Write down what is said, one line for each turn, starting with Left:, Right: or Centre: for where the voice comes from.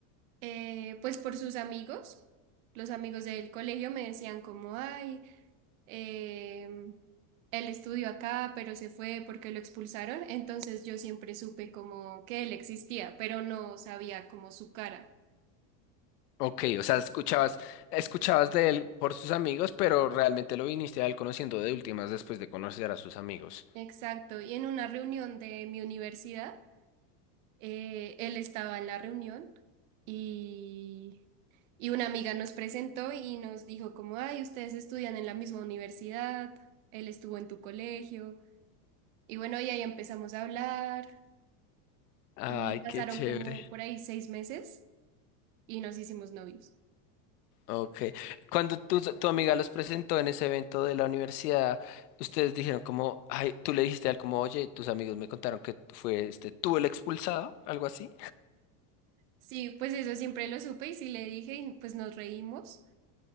Right: eh, pues por sus amigos, los amigos del colegio me decían como, ay, eh, él estudió acá, pero se fue porque lo expulsaron, entonces yo siempre supe como que él existía, pero no sabía como su cara.
Left: Ok, o sea, escuchabas, escuchabas de él por sus amigos, pero realmente lo viniste a él conociendo de últimas después de conocer a sus amigos.
Right: Exacto, y en una reunión de mi universidad, eh, él estaba en la reunión y... Y una amiga nos presentó y nos dijo como, ay, ustedes estudian en la misma universidad, él estuvo en tu colegio. Y bueno, y ahí empezamos a hablar
Left: Ay,
Right: y pasaron
Left: qué chévere.
Right: como por ahí seis meses y nos hicimos novios.
Left: Ok. Cuando tu, tu amiga los presentó en ese evento de la universidad, ustedes dijeron como, ay, tú le dijiste a él como, oye, tus amigos me contaron que fue este, tú el expulsado, algo así.
Right: Sí, pues eso siempre lo supe y sí le dije y pues nos reímos